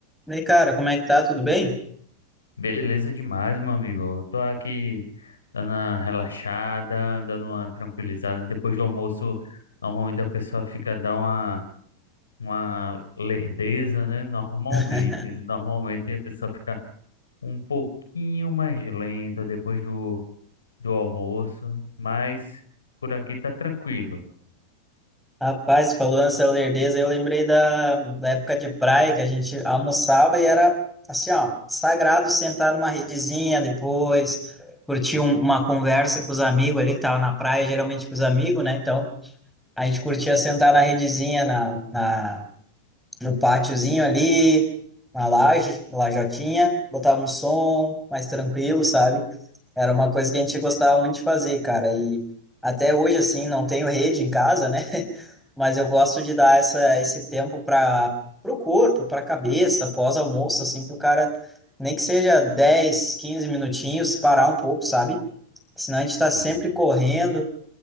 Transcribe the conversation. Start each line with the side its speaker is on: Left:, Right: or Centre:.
Centre: E aí, cara, como é que tá? Tudo bem?
Left: Beleza demais, meu amigo. Eu Tô aqui dando uma relaxada, dando uma tranquilizada. Depois do almoço, normalmente a pessoa fica dando uma, uma lerdeza, né? Normalmente.
Centre: <laughs>
Left: Normalmente a pessoa fica um pouquinho mais lenta depois do, do almoço, mas por aqui tá tranquilo.
Centre: Rapaz, você falou nessa lerdeza, eu lembrei da, da época de praia que a gente almoçava e era assim, ó, sagrado sentar numa redezinha depois, curtir um- uma conversa com os amigos ali que tava na praia, geralmente com os amigos, né? Então, a gente curtia sentar na redezinha, na, na no pátiozinho ali, na laje, lajotinha, botava um som mais tranquilo, sabe? Era uma coisa que a gente gostava muito de fazer, cara. E até hoje, assim, não tenho rede em casa, né? <laughs> Mas eu gosto de dar essa, esse tempo para o corpo, para a cabeça, pós-almoço, assim, para o cara, nem que seja 10 15 minutinhos, parar um pouco, sabe? Senão a gente está sempre
Left: Sim.
Centre: correndo.